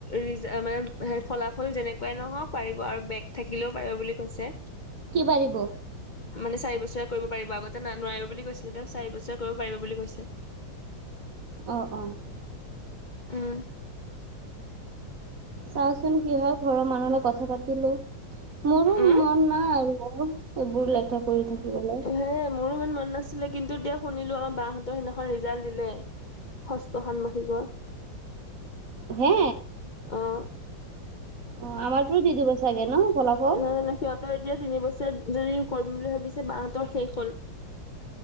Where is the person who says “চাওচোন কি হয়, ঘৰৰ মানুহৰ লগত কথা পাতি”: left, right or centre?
Right